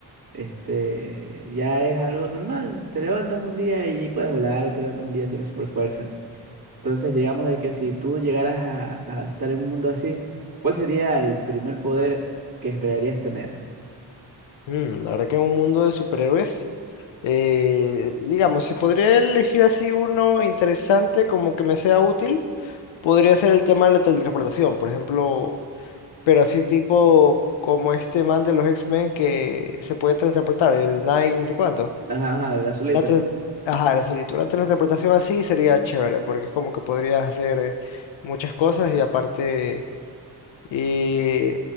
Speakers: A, on the right (about 50°); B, on the left (about 85°).
A: este, ya es algo normal, te levantas un día y puedes volar, o te levantas un día, y tienes super fuerza. Entonces, digamos de que si tú llegaras a, a estar en un mundo así, ¿cuál sería el primer poder que esperarías tener?
B: Mm, la verdad que un mundo de superhéroes. eh, digamos, si podría elegir así uno interesante como que me sea útil, podría ser el tema de la teletransportación, por ejemplo, pero así tipo como este man de los X-Men que se puede teletransportar, el Nike, ni sé cuánto.
A: Ajá, ajá, el azulito.
B: Una tele- Ajá, la solita, una teletransportación así sería chévere, porque es como que podrías hacer eh, muchas cosas y aparte... Y